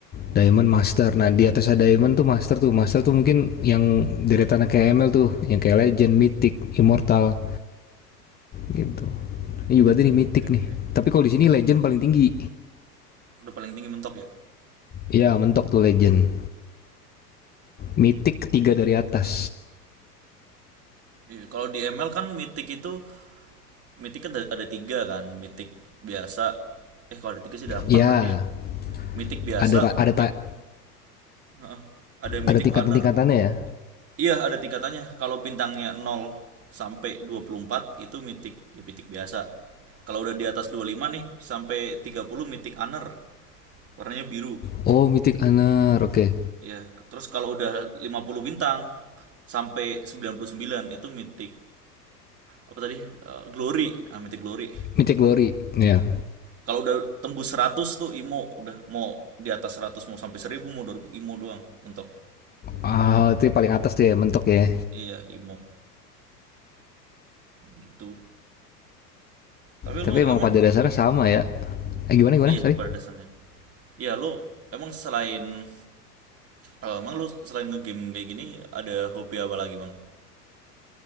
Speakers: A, on the left; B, on the right.
A: Diamond Master. Nah, di atas ada Diamond tuh Master tuh. Master tuh mungkin yang deretan kayak ML tuh, yang kayak Legend, Mythic, Immortal gitu. Ini juga ada nih Mythic
B: Oke, oke.
A: nih. Tapi kalau di sini Legend paling tinggi.
B: Udah paling tinggi mentok ya?
A: Ya, mentok tuh Legend. Mythic ketiga dari atas.
B: Iya, kalau di ML kan mitik itu mitik ada, ada tiga kan, mitik biasa. Eh kalau ada tiga sih ada empat
A: Ya,
B: berarti ya. Mitik biasa,
A: ada
B: mitik
A: ada
B: heeh. ada mitik
A: ada tingkatan-tingkatannya
B: honor.
A: ya.
B: Iya ada tingkatannya. Kalau bintangnya nol sampai 24 itu mitik ya mitik biasa. Kalau udah di atas 25 nih sampai 30 mitik honor. Warnanya biru.
A: Oh, Mythic Honor, oke. Okay.
B: Ya, terus kalau udah 50 bintang sampai 99 itu mitik apa tadi? Eh, glory. Ah, mitik glory.
A: Mythic Glory, ya.
B: Kalau udah tembus 100 tuh IMO udah mau di atas seratus mau sampai seribu mau 2000 IMO doang mentok.
A: Ah, oh, itu paling atas tuh ya, mentok ya.
B: Iya, IMO. Gitu. Tapi
A: Tapi
B: lu
A: emang
B: emang
A: pada dasarnya sama ya. Eh gimana gimana?
B: iya
A: Sorry.
B: pada dasarnya. Iya, lu emang selain eh, emang lu selain ngegame kayak gini ada hobi apa lagi, Bang?